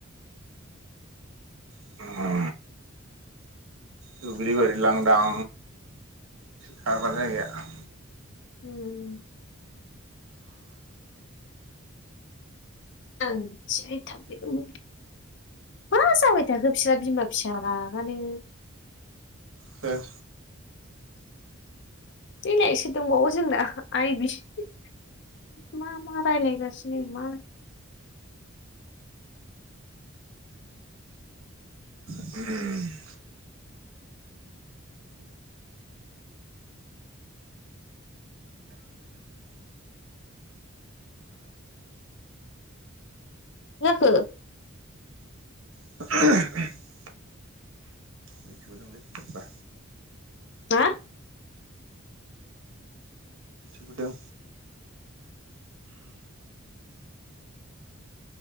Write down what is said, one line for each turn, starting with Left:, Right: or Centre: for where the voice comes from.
Right: <unintelligible> दुब्लि बारि लांदां खाग्रा जायगाया।
Left: ओम। ओं जि <unintelligible> मा जाबाय थाखो बिस्रा बिमा फिसा रागायानो
Right: सोर
Left: ओइलाय सोर दंबावो जोंना आइ बिसि मा मा रायलायगासिनि मा
Right: <unintelligible>
Left: मा जाखो?
Right: <unintelligible> मिथिबोदोंलै सोरबा
Left: मा
Right: बोदों।